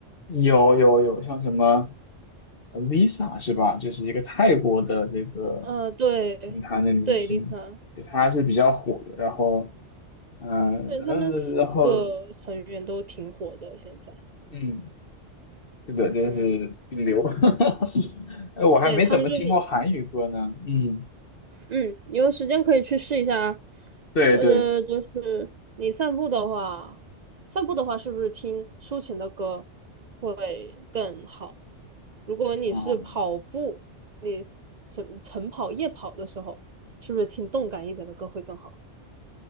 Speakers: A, on the left; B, on the right.
A: 有有有，像什么呃 Lisa 是吧？就是一个泰国的这个
B: 呃，对，
A: 女团的明星，
B: 对，Lisa。
A: 对，她是比较火的。然后，嗯呃，
B: 对，他们四个成员都挺火的，
A: 然后
B: 现在，
A: 嗯，是的，就是顶流。
B: 嗯，
A: <laughs> 哎，我还没怎么听过韩语歌呢。
B: 对，他们就是，
A: 嗯，
B: 嗯，你有时间可以去试一下啊，
A: 对对，
B: 或者就是你散步的话，散步的话是不是听抒情的歌会更好？如果你是跑步，
A: 啊，
B: 你晨晨跑、夜跑的时候，是不是听动感一点的歌会更好？